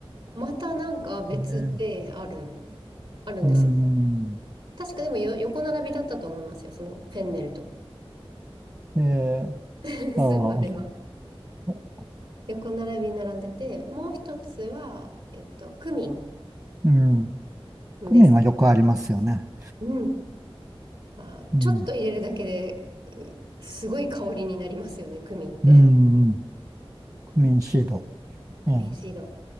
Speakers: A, on the right; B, on the right.
A: またなんか別である、
B: ね、
A: あるんですよ。
B: うん、
A: 確かでもよ、横並びだったと思いますよ、そのフェンネルと。
B: え
A: <laughs>
B: ーと、
A: スーパーでは。
B: あ
A: 横並びに並んでて、もう一つは、えっと、クミン
B: うん、
A: です。
B: クミンはよくありますよね。
A: うん。あ、
B: うん、
A: ちょっと入れるだけで、うすごい香りになりますよね、クミンって。
B: うん、うんクミンシード。
A: クミンシード。
B: あ